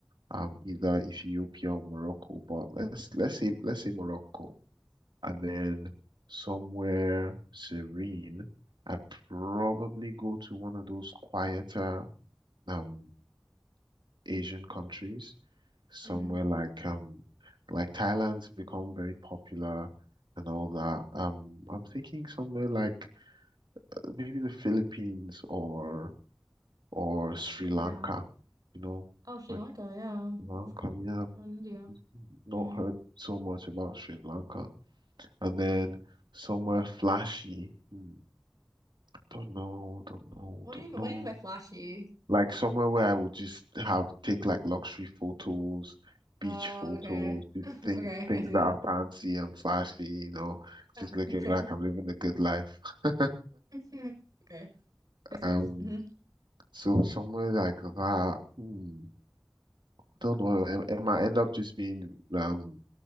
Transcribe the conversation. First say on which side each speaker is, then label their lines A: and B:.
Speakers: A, on the right (about 75°); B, on the right (about 50°).
A: um, either Ethiopia or Morocco, but let's let's say let's say Morocco. And then somewhere serene, I'd probably go to one of those quieter um Asian countries, somewhere
B: Mm-hmm.
A: like um like Thailand's become very popular and all that. Um, I'm thinking somewhere like uh, maybe the Philippines or or Sri
B: Mm,
A: Lanka,
B: yeah.
A: you know,
B: Oh, Sri
A: like
B: Lanka, yeah.
A: Sri Lanka.
B: Of-
A: Yeah,
B: Like going to India.
A: I've not
B: Mm-hmm.
A: heard so much about Sri Lanka. And then somewhere flashy. Hmm. Don't know, don't know,
B: What
A: don't
B: do you mean,
A: know.
B: what do you mean by flashy?
A: Like somewhere where I would just have take like luxury photos, beach
B: Oh,
A: photos,
B: okay.
A: just
B: <laughs>
A: things
B: Okay,
A: things
B: I see.
A: that are fancy and flashy, you know,
B: Ah,
A: just looking
B: Okay.
A: like I'm living a good life. <laughs>
B: <laughs> Okay, I see.
A: Um,
B: hmm
A: so somewhere like that, hmm, don't know. It, it might end up just being um